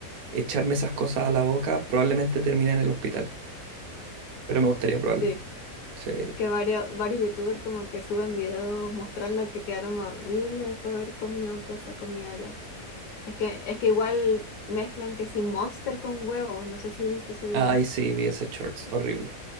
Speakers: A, on the right; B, on the left.
A: echarme esas cosas a la boca, probablemente termine en el hospital, pero me gustaría probarlo.
B: sí.
A: Sí.
B: Que varios, varios youtubers como que suben videos mostrando que quedaron horribles después de haber comido toda esa comida allá. Es que, es que igual mezclan que si Monster con huevo, no sé si viste ese video.
A: Ay, sí, vi ese shorts, horrible.